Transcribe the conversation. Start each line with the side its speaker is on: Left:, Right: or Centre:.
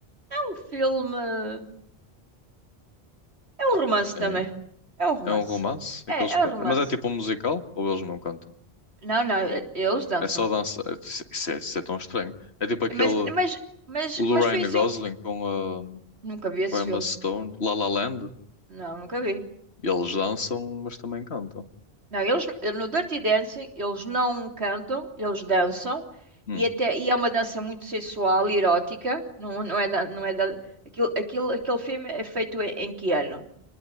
Right: é um filme. É um romance
Left: Sim.
Right: também. É um romance.
Left: É um romance?
Right: É,
Left: Aqueles...
Right: é
Left: pa-
Right: um romance.
Left: Mas é tipo um musical? Ou eles não cantam?
Right: Não, não, é- eles dançam.
Left: É só dança. é- Isso é, isso é tão estranho. É tipo aquele.
Right: Mas, mas, mas,
Left: O do
Right: mas
Left: Ryan
Right: foi assim.
Left: Gosling
Right: um-
Left: com a,
Right: Nunca vi esse
Left: com a Emma
Right: filme.
Left: Stone, La La Land.
Right: Não, nunca vi.
Left: E eles dançam, mas também cantam.
Right: Não, eles no Dirty Dancing eles não cantam, eles dançam
Left: Hum.
Right: e até e é uma dança muito sensual e erótica. Não, não é da, não é da, aquilo, aquilo, aquele filme é feito em, em que ano?